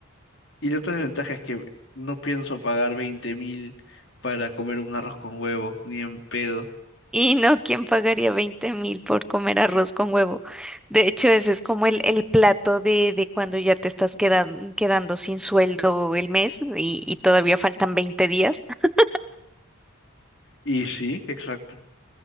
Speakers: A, on the left; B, in the centre.
A: Y la otra desventaja es que no pienso pagar veinte mil para comer un arroz con huevo, ni en pedo.
B: Y no, ¿quién pagaría veinte mil por comer arroz con huevo? De hecho, ese es como el, el plato de, de cuando ya te estás quedan- quedando sin sueldo el mes y, y todavía faltan veinte días. <laughs>
A: Y sí, exacto.